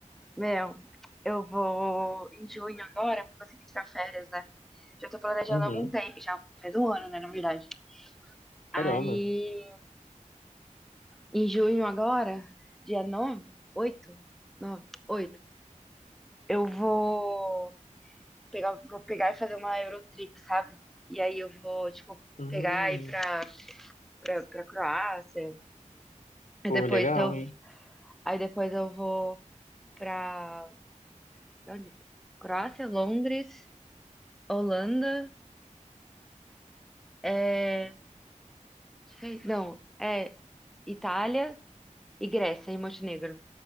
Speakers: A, in the centre; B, on the left (about 70°).
A: Meu, eu vou em junho agora, vou conseguir tirar férias, né? Já tô planejando
B: Uhum,
A: há algum tempo, já faz um ano, né, na verdade.
B: caramba.
A: Aí, em junho agora, dia 9, 8, 9, 8, eu vou pegar, vou pegar e fazer uma Eurotrip, sabe? E aí eu vou, tipo,
B: Uhum,
A: pegar e ir pra, pra, pra Croácia. Aí
B: pô,
A: depois
B: legal,
A: eu,
B: hein?
A: aí depois eu vou pra, pra onde? Croácia, Londres, Holanda, é, sei- não, é Itália e Grécia e Montenegro.